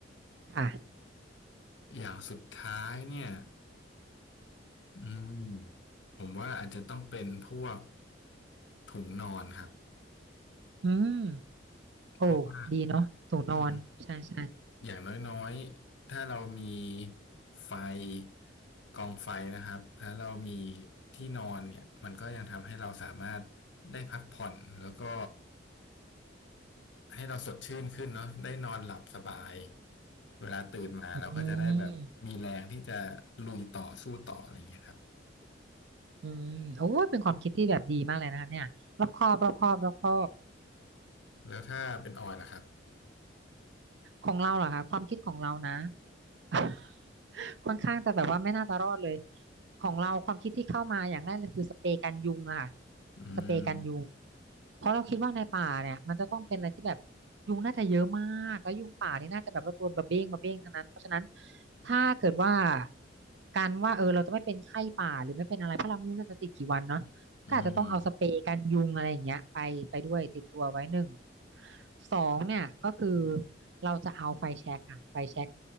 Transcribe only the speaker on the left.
อย่างสุดท้ายเนี่ย อืมผมว่าอาจจะต้องเป็นพวกถุงนอนครับ
เพราะว่าอืมอย่างน้อยๆถ้าเรามีไฟกองไฟนะครับแล้วเรามีที่นอนเนี่ยมันก็ยังทำให้เราสามารถได้พักผ่อนแล้วก็ให้เราสดชื่นขึ้นเนาะได้นอนหลับสบายเวลาตื่นมาเราก็จะได้แบบมีแรงที่จะ
ลุยต่อสู้ต่ออะไรอย่างเงี้ยครับ
แล้วถ้าเป็นออยล่ะครับ
อืม
อืม